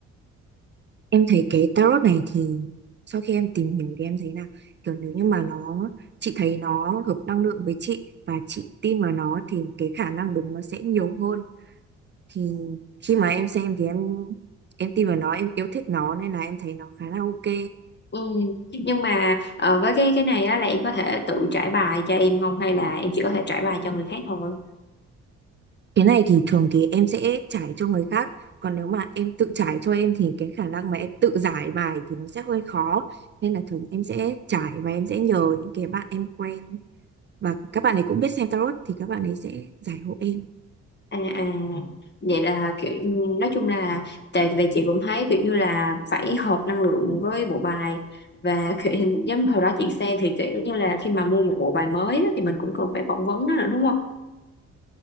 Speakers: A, on the right (about 35°); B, on the left (about 35°).
A: Em thấy cái tarot này thì sau khi em tìm hiểu thì em thấy là kiểu nếu như mà nó chị thấy nó hợp năng lượng với chị và chị tin vào nó thì cái khả năng đúng nó sẽ nhiều hơn thì khi mà em xem thì em em tin vào nó em yêu thích nó nên là em thấy nó khá là ok
B: ừ. nhưng mà ờ, với cái cái này á là em có thể tự trải bài cho em không hay là em chỉ có thể trải bài cho người khác thôi
A: cái này thì thường thì em sẽ trải cho người khác còn nếu mà em tự trải cho em thì cái khả năng mà em tự giải bài thì nó sẽ hơi khó nên là thường em sẽ trải và em sẽ nhờ những cái bạn em quen và các bạn ấy cũng biết xem tarot thì các bạn ấy sẽ giải hộ em
B: à à vậy là kiểu nói chung là tại vì chị cũng thấy kiểu như là phải hợp năng lượng với bộ bài và kiểu, giống hồi đó chị xem thì kiểu như là khi mà mua một bộ bài mới á, thì mình cũng cần phải phỏng vấn nó nữa đúng không